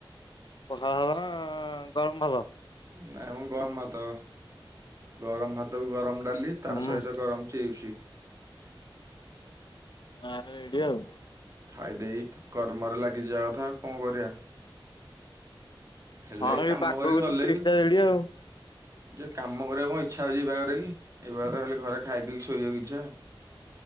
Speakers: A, on the left; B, on the right.
A: ପଖାଳ ଭଲ ନା ଗରମ ଭଲ?
B: ନାଇଁ ମୁଁ ଗରମ ଭାତ, ଗରମ ଭାତ କୁ ଗରମ ଡାଲି।
A: ହୁଁ
B: ତା ସହିତ ଗରମ ଚିପ୍ସ।
A: ଏଇଠି ଆଉ।
B: ଖାଇଦେଇ କର୍ମରେ ଲାଗିଯିବା କଥା କଣ କରିବା? ହେଲେ
A: ହଁ ଏଇ
B: କାମ
A: ପାଗକୁ
B: କରିକି ଗଲେ
A: ତ ତିରିଶ
B: ବି
A: ଟା ରେଡି ଆଉ
B: ଯେ କାମ କରିବାକୁ କଣ ଇଛା ହଉଛି ଏ ପାଗରେ କି? ଏ ପାଗରେ ହେଲେ ଘରେ ଖାଇ ପିଇ ଶୋଇବାକୁ ଇଛା।